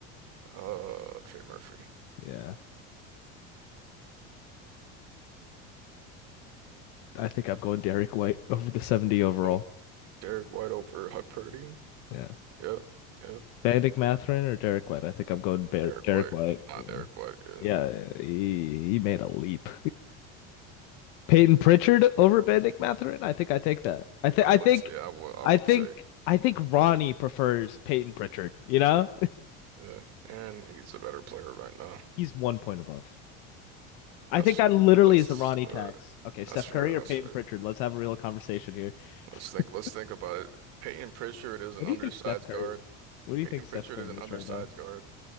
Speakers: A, on the right; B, on the left.
A: Uh, Trey Murphy.
B: Yeah. I think I'm going Derek White <laughs> over the 70 overall.
A: Oh, Derek White over Huck Purdy.
B: Yeah.
A: Yep, yep.
B: Bandic Matherin or Derek White? I think I'm going Bar-
A: Derek
B: Derek
A: White,
B: White.
A: not Derek White. Yeah,
B: Yeah, he, he made a leap. <laughs> Peyton Pritchard over Benedict Matherin? I think I take that. I think
A: I
B: I
A: would
B: think
A: say I would I
B: I
A: would
B: think
A: take.
B: I think Ronnie
A: Yeah,
B: prefers Peyton Pritchard, you know?
A: yeah. And he's a better player right now.
B: <laughs> He's one point above. I
A: That's
B: think that literally
A: that's
B: is the Ronnie
A: uh,
B: tax. Okay, Steph
A: That's fair.
B: Curry or
A: That's
B: Peyton
A: fair.
B: Pritchard? Let's have a real conversation here.
A: Let's think.
B: <laughs>
A: Let's think about it. Peyton Pritchard is an
B: What do
A: undersized
B: you think Steph Curry?
A: guard.
B: What do you
A: Peyton
B: think Steph
A: Pritchard
B: Curry
A: is an
B: is
A: undersized
B: right now?
A: guard,